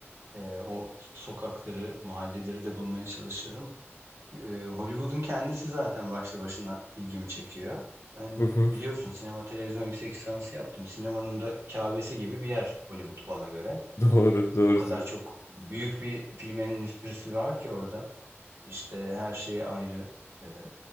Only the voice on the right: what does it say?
E, o sokakları, mahalleleri de bulmaya çalışırım. Eee, Hollywood'un kendisi zaten başlı başına ilgimi çekiyor. Ben
biliyorsun sinema televizyon yüksek lisansı yaptım. Sinemanın da Kâbesi gibi bir yer Hollywood bana göre.
O kadar
çok büyük bir film endüstrisi var ki orada. İşte her şey ayrı, eee,